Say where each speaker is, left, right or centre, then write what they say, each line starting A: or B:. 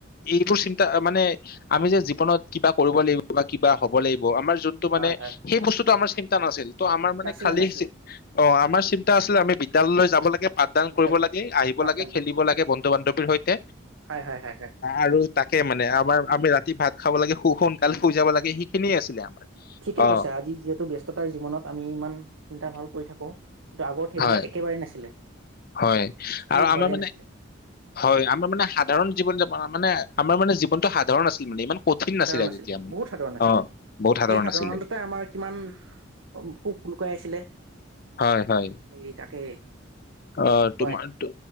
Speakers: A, on the left (about 45°); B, on the right (about 75°).
A: এইবোৰ চিন্তা মানে আমি যে জীৱনত কিবা কৰিব লাগিব বা কিবা হ'ব লাগিব আমাৰ ত'মানে,
B: হয় হয়
A: সেই বস্তুটো আমাৰ চিন্তা কি কাম আছিল? ত আমাৰ মানে
B: নাছিলে
A: খালী
B: নাছিলে
A: চিত অ আমাৰ চিন্তা আছিল আমি বিদ্যালয়লৈ যাব লাগে। পাঠদান
B: বিদ্যালয়ত
A: কৰিব লাগে আহিব
B: পাঠদান
A: লাগে খেলিব
B: কৰিব
A: লাগে বন্ধু বান্ধৱ হেতুৰ হৈ তাকে
B: হয় হয় হয় হয়
A: আৰু তাক কি মানে আমাৰ আমি ৰাতি ভাত খাব লাগে, শু সোনকালে শুই যাব লাগে। সেইখিনিয়ে আছিলে আমাৰ।
B: ঠিক
A: অ
B: কৈছে আজি যিহেতু ব্যস্ততাৰ জীৱনত আমি। ইমান চিন্তা ভাব কৰি থাকো। কিন্তু আগত সেইবিলাক
A: হয়,
B: একেবাৰেই নাছিলে।
A: হয়
B: একেবাৰেই
A: আৰু আমাৰ মানে
B: নাছিলে
A: হয় আমাৰ মানে, সাধাৰণ জীৱন যাপন মানে আমাৰ মানে জীৱন। সাধাৰণ আছিল মানে ইমান। কঠিন
B: সাধাৰণ
A: নাছিলে
B: আছিল,
A: তেতিয়া মানে।
B: বহুত সাধাৰণ আছিলে
A: অ'। বহুত সাধাৰণ
B: এই সাধাৰণতে
A: আছিলে
B: আমাৰ কিমান সুখ লুকুৱাই আছিলে। সেই
A: হয় হয়
B: তাকে।
A: অ
B: হয়
A: তোমাৰ তো।